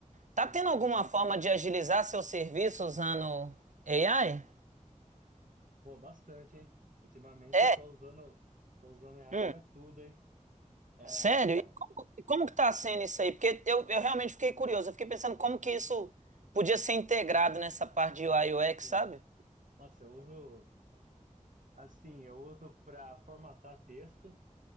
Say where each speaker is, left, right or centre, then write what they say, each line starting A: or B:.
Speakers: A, on the right; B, on the right.
A: sim.
B: tá tendo alguma forma de agilizar seu serviço usando AI?
A: Pô, bastante, hein? Ultimamente
B: É?
A: eu tô usando, tô usando AI
B: Hum.
A: para tudo, hein? É,
B: Sério? E como, e como que tá sendo isso aí? Porque eu, eu realmente fiquei curioso. Eu fiquei pensando como que isso podia ser integrado nessa parte de UI e UX,
A: sim.
B: sabe?
A: Nossa, eu uso, assim, eu uso para formatar texto,